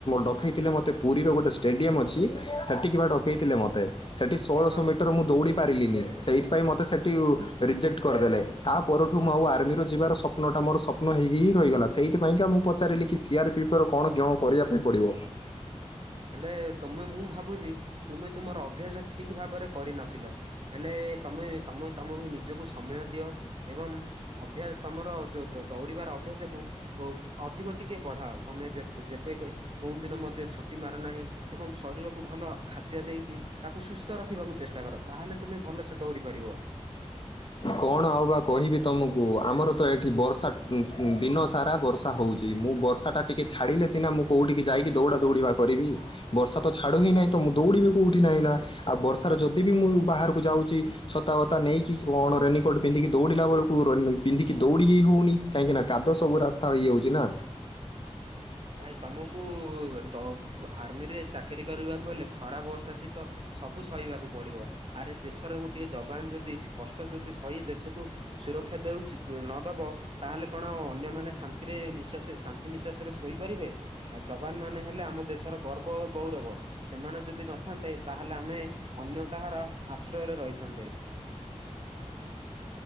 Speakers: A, on the left (about 45°); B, on the right (about 50°).
A: ଡକାଇଥିଲେ ମୋତେ ପୁରୀର ଗୋଟେ ଷ୍ଟାଡ଼ିୟମ୍ ଅଛି। ସେଠି କି ପା ଡକେଇଥିଲେ ମତେ ସେଠି ସୋଳଶହ
B: ହଁ
A: ମିଟର ମୁଁ ଦୌଡି ପାରିଲିନି ସେଇଥି ପାଇଁ ମତେ ସେଠ ରିଜେକ୍ଟ କରିଦେଲେ ତା ପରଠୁ ମୁଁ ଆଉ ଆର୍ମିରେ ଯିବାର ସ ସ୍ୱପ୍ନଟ ମୋର ସପ୍ନ ହୋଇକି ହି ରହିଗଲା ସେଇଥିପାଇଁକା ମୁଁ ପଚାରିଲି କି ସିଆର୍ ପିଏଫ୍ ର କଣ କଣ କରିବା ପାଇଁ ପଡ଼ିବ?
B: ହେଲେ ତମେ ମୁଁ ଭାବୁଛି ତୁମେ ତୁମର ଅଭ୍ୟାସ ଠିକ୍ ଭାବରେ କରିନଥିଲ। ହେଲେ ତମେ ତମେ ତମକୁ ନିଜକୁ ସମୟ ଦିଅ ଏବଂ ଅଭ୍ୟାସ ତମର ଯୋଉ ଦୋ ଦୌଡିବାର ଅଭ୍ୟାସ ଏବଂ ଓ ଅଧିକ ଟିକେ ବଢାଅ ତମେ ଯେ ଯେବେ କେଉଁଦିନ ମଧ୍ୟ ଛୁ ଟି ମାର ନାହିଁ ଏବଂ ଶରୀରକୁ ଭଲ ଖାଦ୍ୟ ଦେଇକି ତାକୁ ସୁସ୍ଥ ରଖିବାକୁ ଚେଷ୍ଟା କର ତାହେଲେ ତୁମେ ଭଲସେ ଦୌଡ଼ି ପାରିବ।
A: କଣ ଆଉ ବା କହିବି ତମକୁ ଆମର ତ ଏଠି ବର୍ଷା କୁଁ-କୁ ଦିନ ସାରା ବର୍ଷା। ତା ହଉଚି ମୁଁ ବର୍ଷାଟା ଟିକେ ଛାଡ଼ିଲେ ସିନା ମୁଁ କୋଉଠିକି ଯାଇକି ଦୌଡ଼ା ଦୌଡ଼ିବା କରିବି। ବର୍ଷା ତ ଛାଡୁ ହିଁ ନାହିଁ ତ ମୁଁ ଦୌଡିିବି କୋଉଠି ନା ଏଇନା? ଆଉ ବର୍ଷାର ଯଦି ବି ମୁଁ ବାହାରକୁ ଯାଉଛି ଛତାବତା ନେଇକି କଣ ରେନିକୋଟ୍ ପିନ୍ଧିକି ଦୌଡ଼ିଲା ବେଳକୁ ପିନ୍ଧିକି ଦୌଡ଼ି ହି ହେଉନି କାହିଁକିନା କାଦୁଅ ସବୁ ରାସ୍ତା ହେଇଯାଉଛି ନା।
B: ଭାଇ ତମକୁ ତ ଆର୍ମିରେ ଚାକିରୀ କରିବାକୁ ହେଲେ ଖରା, ବର୍ଷା, ଶୀତ ସବୁ ସହିବାକୁ ପଡିବ, ଆରେ ଦେଶର ଗୋଟିଏ ଯବାନ ଯଦି କଷ୍ଟ ଯଦି ସହି ଦେଶକୁ ସୁରକ୍ଷା ଦଉଛି ନଦବ ତାହେଲେ କଣ ଅନ୍ୟମାନେ ଶାନ୍ତିରେ ନିଶ୍ୱାସ ଶାନ୍ତି ନିଶ୍ୱାସ ରେ ଶୋଇପାରିବେ ଆ ଯବାନ ମାନେ ହେଲେ ଆମ ଦେଶର ଗର୍ବ ଓ ଗୌରବ। ସେମାନେ ଯଦି ନଥାନ୍ତେ ତାହେଲେ ଆମେ ଅନ୍ୟ କାହାର ଆଶ୍ରୟରେ ରହିଥାନ୍ତେ।